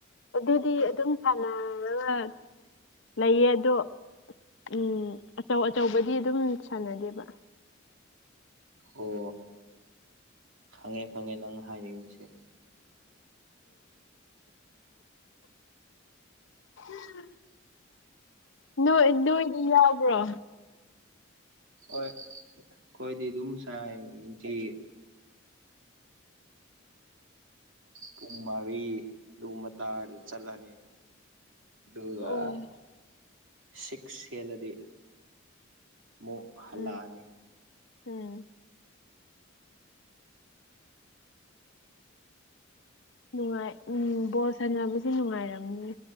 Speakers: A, on the left (about 65°); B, on the right (about 70°).
A: ꯑꯗꯨꯗꯤ ꯑꯗꯨꯝ ꯁꯥꯟꯅꯔꯒ ꯂꯩꯌꯦ ꯑꯗꯣ ꯎꯝ ꯑꯆꯧ ꯑꯆꯧꯕꯗꯤ ꯑꯗꯨꯝ ꯁꯥꯟꯅꯗꯦꯕ
B: ꯑꯣ ꯈꯪꯉꯦ ꯈꯪꯉꯦ ꯅꯪ ꯍꯥꯏꯅꯤꯡꯃꯤꯁꯦ
A: ꯎꯝ ꯣꯏ ꯅꯣꯏꯗꯤ ꯌꯥꯎꯕ꯭ꯔꯣ
B: ꯍꯣꯏ ꯀꯣꯏꯗꯤꯗꯨ ꯎꯝꯁꯗꯤ ꯄꯨꯡ ꯃꯔꯤ ꯑꯗꯨꯒꯨꯝꯕ ꯇꯥꯔꯗꯤ ꯆꯠꯂꯅꯤ ꯑꯗꯨꯒ
A: ꯑꯣ
B: ꯁꯤꯛꯁꯂꯗꯤ ꯃ ꯍꯜꯂꯑꯅꯤ
A: ꯎꯝ ꯎꯝ ꯅꯨꯡꯉꯥꯏ ꯎꯝ ꯕꯣꯜ ꯁꯥꯟꯅꯕꯁꯦ ꯅꯨꯡꯉꯥꯏꯔꯝꯅꯤ